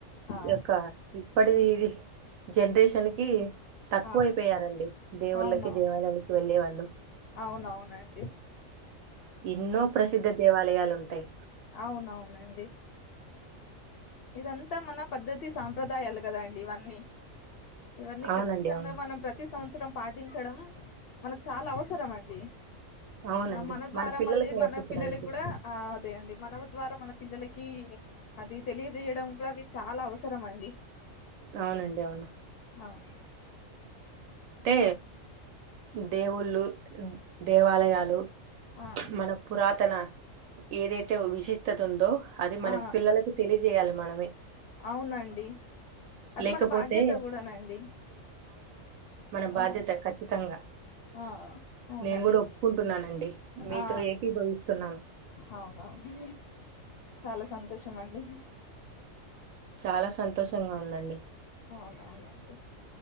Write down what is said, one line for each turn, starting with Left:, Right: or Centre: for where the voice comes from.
Left: ఆ
Right: యొక్క ఇప్పటి ది జనరేషన్ కి తక్కువ
Left: ఆ
Right: అయిపోయారండి దేవుళ్ళకి
Left: అవునవును
Right: దేవాలయకి వెళ్ళే వాళ్ళు
Left: అవునవునండి
Right: ఎన్నో ప్రసిద్ధ దేవాలయాలు ఉంటయి.
Left: అవునవునండి ఇదంతా మన పద్ధతి సాంప్రదాయాలు కదా అండి ఇవన్నీ ఇవన్నీ
Right: అవునండి
Left: ఖచ్చితంగా
Right: అవును
Left: మనం ప్రతి సంవత్సరం సంవత్సరం పాటించడం మనకు చాలా అవసరం అండి
Right: అవునండి
Left: ఆ మన ద్వారా
Right: పిల్లలకు
Left: మళ్ళీ
Right: నేర్పించడానికి
Left: మన పిల్లలకి కూడా అదే అండి మన ద్వారా మన పిల్లలకి అది తెలియజేయడం కూడా అవి చాలా అవసరం అండి
Right: అవునండి అవును
Left: అవును
Right: అంటే దేవుళ్ళు దేవాలయాలు
Left: ఆ
Right: మన పురాతన ఏదైతే విశిత్తత ఉందో అది మన
Left: ఆ
Right: పిల్లలకి తెలి చేయాలి మనమే
Left: అవునండి అది
Right: లేకపోతే
Left: మన బాధ్యత కూడానండి
Right: నా బాధ్యత
Left: ఆ
Right: ఖచ్చితంగా
Left: ఆ అవునండి
Right: నేను కూడా ఒప్పుకుంటున్నానండి మీతో
Left: ఆ
Right: ఏకీభవిస్తున్నాను
Left: అవునవునండి చాలా సంతోషం అండి
Right: చాలా సంతోషంగా ఉందండి
Left: అవునవునండి